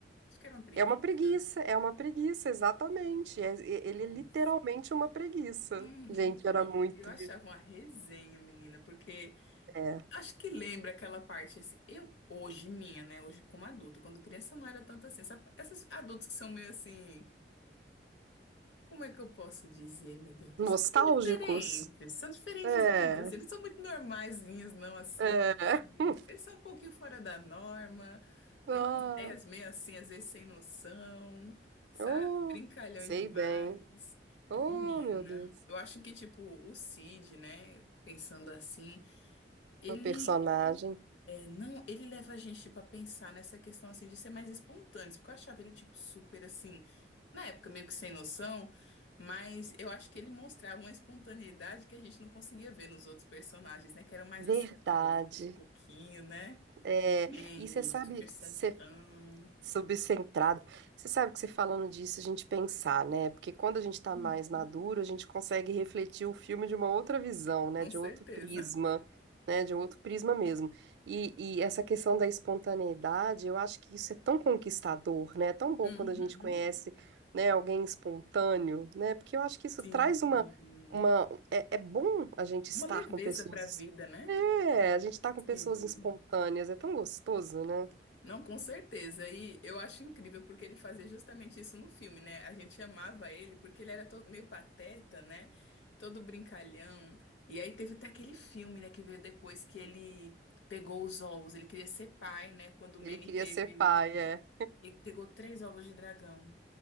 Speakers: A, on the left; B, on the right.
A: Acho que era uma preguiça.
B: é uma preguiça, é uma preguiça, exatamente. É- e- ele
A: Nossa.
B: é literalmente uma preguiça.
A: Uhum.
B: Gente,
A: Não,
B: era muito
A: eu achava
B: de...
A: uma resenha, menina, porque
B: é,
A: acho que lembra aquela parte assim. Eu, hoje, minha, né? Hoje, como adulta, quando criança não era tanto assim. Essa- Essas adultos que são meio assim. Como é que eu posso dizer, meu Deus do
B: nostálgicos.
A: céu? São diferentes, são diferentezinhos,
B: É,
A: assim, eles são muito normaizinhos, não assim,
B: é.
A: sabe?
B: <laughs>
A: Eles são um pouquinho fora da norma,
B: Ah.
A: têm umas ideias meio assim, às vezes sem noção, sabe?
B: Oh,
A: Brincalhões
B: sei
A: demais.
B: bem. Oh,
A: E menina,
B: meu Deus.
A: eu acho que, tipo, o Cid, né, pensando assim, ele
B: Meu personagem.
A: não, ele leva a gente, tipo, a pensar nessa questão, assim, de ser mais espontâneos, porque eu achava ele, tipo, super, assim, na época, meio que sem noção, mas eu acho que ele mostrava uma espontaneidade que a gente não conseguia ver nos outros personagens, né, que eram mais,
B: Verdade.
A: assim, caretos um pouquinho, né,
B: É,
A: Manny,
B: e você sabe,
A: super certão,
B: você Subcentrado. Você sabe que você falando disso, a gente pensar, né? Porque quando a gente tá
A: Uhum,
B: mais maduro, a gente consegue refletir o filme de uma outra visão, né?
A: com
B: De
A: certeza.
B: outro prisma, né? De outro prisma mesmo. E, e essa questão da espontaneidade, eu acho que isso é tão conquistador, né? É tão bom
A: Uhum,
B: quando a gente conhece, né, alguém espontâneo, né? Porque eu acho que isso
A: sim,
B: traz uma, uma... É, é bom a gente estar
A: uma leveza
B: com pessoas...
A: pra vida, né?
B: É, a gente tá com pessoas
A: Sim.
B: espontâneas, é tão gostoso, né?
A: Não, com certeza. E eu acho incrível porque ele fazia justamente isso no filme, né? A gente amava ele porque ele era todo meio pateta, né? Todo brincalhão. E aí teve até aquele filme, né, que veio depois que ele pegou os ovos. Ele queria ser pai, né? Quando o Manny
B: Ele queria
A: teve
B: ser pai,
A: os. Ele
B: é.
A: ele pegou três ovos de dragão.